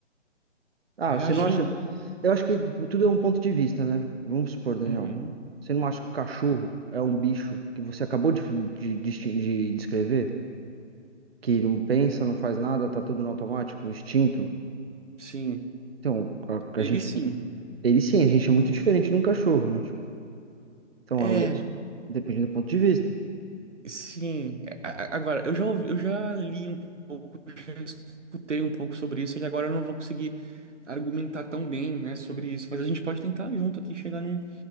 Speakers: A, on the right (about 55°); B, on the right (about 75°).
A: Ah,
B: reagindo
A: você não acha.
B: ali.
A: Eu acho que tipo, tudo é um ponto de vista, né? Vamos supor, Daniel.
B: Uhum.
A: Você não acha que o cachorro é um bicho que você acabou de, de, de, de descrever? Que não pensa, não faz nada, tá tudo no automático, instinto?
B: Sim.
A: Então, a,
B: Ele
A: a gente
B: sim.
A: tem. Ele sim, a gente é muito diferente de um cachorro, né? Tipo, então,
B: É.
A: eu acho que depende do ponto de vista.
B: Sim, a- a- agora eu já ouvi- eu já li um pouco, já escutei um pouco sobre isso e agora eu não vou conseguir argumentar tão bem, né, sobre isso, mas a gente pode tentar junto aqui chegar num-